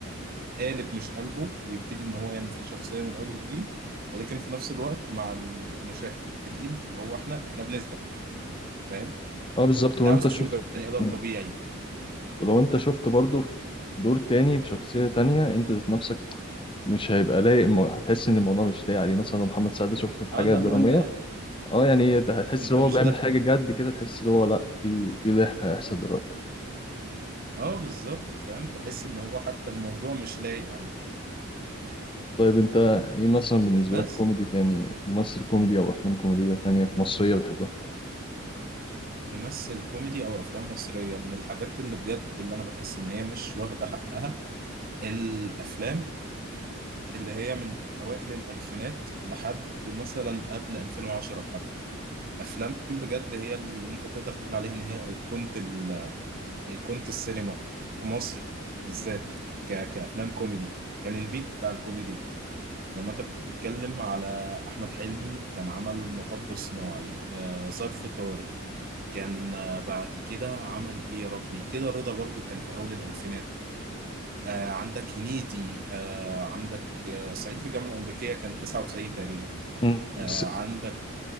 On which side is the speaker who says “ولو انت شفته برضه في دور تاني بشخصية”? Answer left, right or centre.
Left